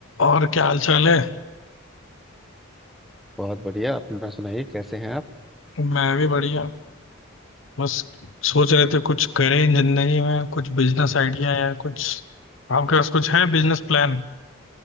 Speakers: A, on the left; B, in the centre.
A: और क्या हाल चाल है
B: बहुत बढ़िया अपना सुनाइए कैसे हैं आप
A: मैं भी बढ़िया बस सोच रहे थे कुछ करें जिंदगी में कुछ बिजनेस आइडिया या कुछ आपके पास कुछ है बिजनेस प्लान